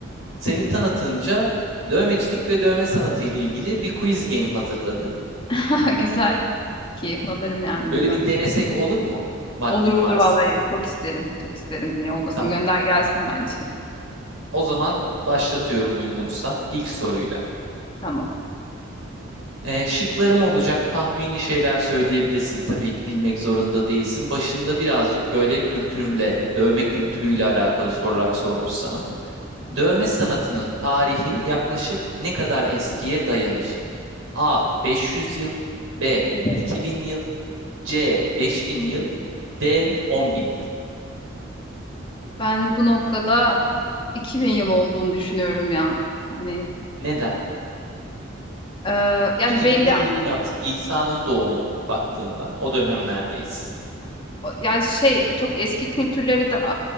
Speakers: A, on the right (about 85°); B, on the left (about 25°).
A: seni tanıtınca dövmecilik ve dövme sanatı ile ilgili bir quiz game hazırladı.
B: <laughs> güzel. Keyif alırım yani
A: Böyle
B: bundan.
A: bir denesek olur mu? Vaktin
B: Olur olur
A: varsa.
B: vallahi çok isterim. Çok isterim. Niye olmasın
A: Tamam.
B: gönder gelsin bence.
A: O zaman başlatıyorum uygunsa ilk soruyla.
B: <laughs> Tamam.
A: Ee, şıklarım olacak. Tahmini şeyler söyleyebilirsin. Tabii ki bilmek zorunda değilsin. Başında birazcık böyle kültürle, dövme kültürüyle alakalı sorular sormuş sana. Dövme sanatının tarihi yaklaşık ne kadar eskiye dayanır? A. 500 yıl B.
B: Evet.
A: 2000 yıl C. 5000 yıl D. 10.000 yıl
B: Ben bu noktada 2000 yıl olduğunu düşünüyorum ya. Hani
A: Neden?
B: e, yani
A: 2000
B: belli
A: yıl milat. İsa'nın doğumu baktığında. O dönemlerdeyiz.
B: o- yani şey çok eski kültürlere de e,